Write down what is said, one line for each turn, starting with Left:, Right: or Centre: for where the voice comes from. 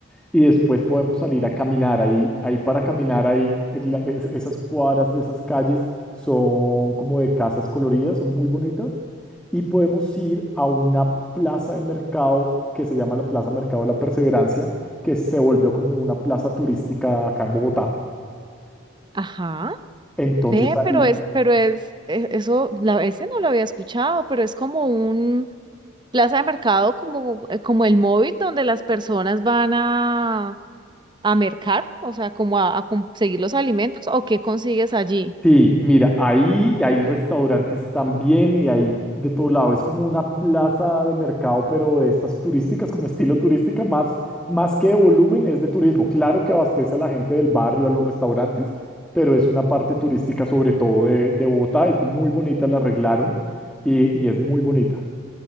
Centre: y después podemos salir a caminar. Ahí, ahí para caminar, ahí en la- es- esas cuadras de esas calles son como de casas coloridas, son muy bonitas. Y podemos ir a una plaza de mercado que se llama la Plaza Mercado de la Perseverancia, que se volvió como una plaza turística acá en Bogotá.
Right: Ajá.
Centre: Entonces
Right: Ve,
Centre: ahí
Right: pero es, pero es, e- eso, la, ese no lo había escuchado, pero es como un plaza de mercado, como, eh, como el móvil donde las personas van a, a mercar, o sea, como a, a conseguir los alimentos, o qué consigues allí.
Centre: Sí, mira, ahí hay restaurantes también y hay de todo lado. Es como una plaza de mercado, pero de estas turísticas, como estilo turística, más, más que de volumen, es de turismo. Claro que abastece a la gente del barrio, a los restaurantes, pero es una parte turística sobre todo de, de Bogotá. Es muy bonita, la arreglaron y, y es muy bonita.